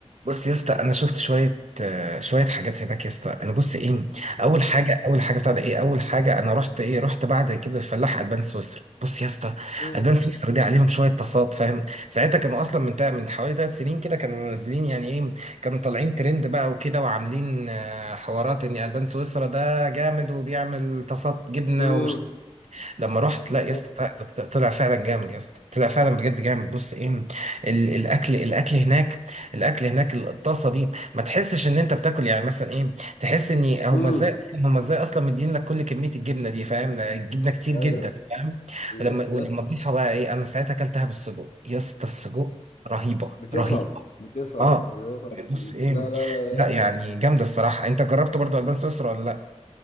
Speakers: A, on the right; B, on the left.
A: بص يا اسطى انا شفت شويه آه، شويه حاجات هناك يا اسطى انا بص ايه اول مم. حاجه اول حاجه بتاع ده ايه اول حاجه انا رحت ايه رحت بعد كبده الفلاح البان سويسرا بص يا اسطى
B: امم
A: البان سويسرا دي عليهم شويه تصاعد فاهم ساعتها كانوا اصلا من تا- من حوالي ثلاث سنين كده كانوا نازلين يعني ايه كانوا طالعين ترند بقى وكده وعاملين آه، حوارات ان البان سويسرا ده جامد وبيعمل تصاعد جبنه
B: امم
A: ومش لما رحت
B: بالظبط
A: لا يا اسطى ط- ط- طلع فعلا جامد يا اسطى طلع فعلا بجد جامد بص ايه ال- الاكل الاكل هناك الاكل هناك الطاسه دي ما تحسش ان انت بتاكل يعني مثلا ايه تحس ان هم
B: امم
A: ازاي اصلا هم ازاي اصلا مدين لك كل كميه الجبنه دي فاهم الجبنه كتير
B: ايوه
A: جدا فاهم
B: يس
A: ولما ولما
B: يس
A: تضيفها بقى ايه انا ساعتها اكلتها بالسجق يا اسطى السجق رهيبه
B: بتفهم
A: رهيبه
B: بتفهم
A: اه
B: بتفهم
A: بص ايه
B: لا لا لا
A: لا يعني جامده الصراحه انت جربت برضو البان سويسرا ولا لا